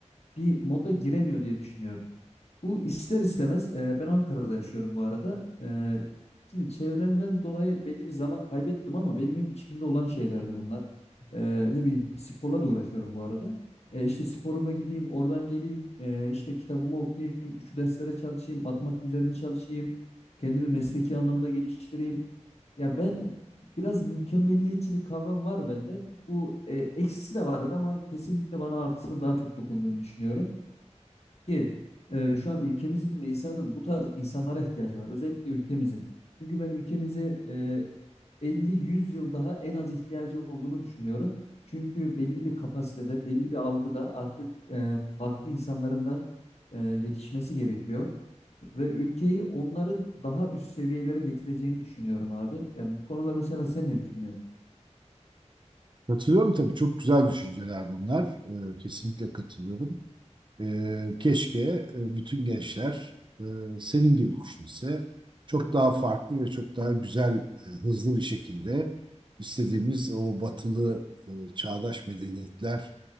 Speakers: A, on the left; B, on the right.
A: bir moda giremiyor diye düşünüyorum. Bu ister istemez e, ben Ankara'da yaşıyorum bu arada. E, şimdi çevremden dolayı belli bir zaman kaybettim ama benim hep içimde olan şeylerdi bunlar. E, ne bileyim sporla da uğraşıyorum bu arada. E, işte sporuma gideyim, oradan geleyim, e, işte kitabımı okuyayım, şu derslere çalışayım, matematik üzerine çalışayım, kendimi mesleki anlamda geliştireyim. Ya ben biraz mükemmelliyetçilik kavram var bende. Bu e, eksisi de vardır ama kesinlikle bana artısını daha çok dokunduğunu düşünüyorum ki e, şu an ülkemizin ve insanın bu tarz insanlara ihtiyacı var. Özellikle ülkemizin. Çünkü ben ülkemizi e, 50-100 yıl daha en az ihtiyacı olduğunu düşünüyorum. Çünkü belli bir kapasitede, belli bir algıda artık e, farklı insanların da e, yetişmesi gerekiyor. Ve ülkeyi onların daha üst seviyelere getireceğini düşünüyorum abi. Yani bu konuda mesela sen ne düşünüyorsun?
B: Katılıyorum tabii. Çok güzel düşünceler bunlar. Ee, kesinlikle katılıyorum. Ee, keşke e, bütün gençler e, senin gibi düşünse çok daha farklı ve çok daha güzel, e, hızlı bir şekilde istediğimiz o batılı e, çağdaş medeniyetler